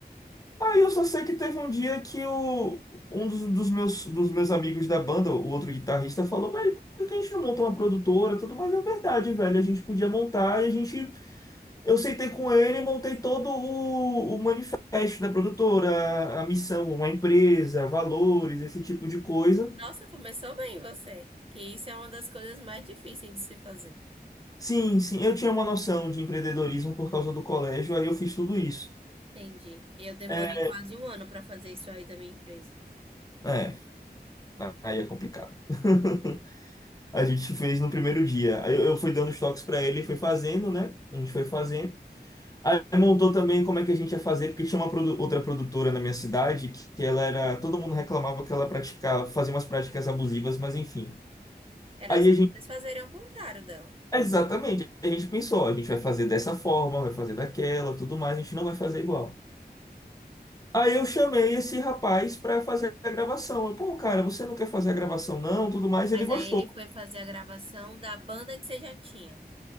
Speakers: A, on the left; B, on the right.
A: Aí eu só sei que teve um dia que o, um dos, dos meus, dos meus amigos da banda, o outro guitarrista, falou, velho, por que a gente não montou uma produtora? e Tudo mais é verdade, velho. A gente podia montar e a gente Eu sentei com ele e montei todo o, o manifesto da produtora, a, a missão, uma empresa, valores, esse tipo de coisa.
B: Nossa, começou bem você. Que isso é uma das coisas mais difíceis de se fazer.
A: Sim, sim, eu tinha uma noção de empreendedorismo por causa do colégio, aí eu fiz tudo isso.
B: Entendi. Eu demorei
A: É,
B: quase um ano para fazer isso aí da minha empresa.
A: é, aí é complicado. <laughs> A gente fez no primeiro dia. Aí Eu, eu fui dando os toques pra ele, foi fazendo, né? A gente foi fazendo. Aí montou também como é que a gente ia fazer, porque tinha uma produ- outra produtora na minha cidade que ela era, todo mundo reclamava que ela praticava, fazia umas práticas abusivas, mas enfim.
B: Era
A: Aí
B: só
A: a
B: vocês fazerem ao contrário dela.
A: Exatamente. A gente pensou, a gente vai fazer dessa forma, vai fazer daquela, tudo mais, a gente não vai fazer igual. Aí eu chamei esse rapaz pra fazer a gravação. Eu, pô, cara, você não quer fazer a gravação não, tudo mais,
B: Mas
A: ele gostou.
B: aí ele foi fazer a gravação da banda que você já tinha.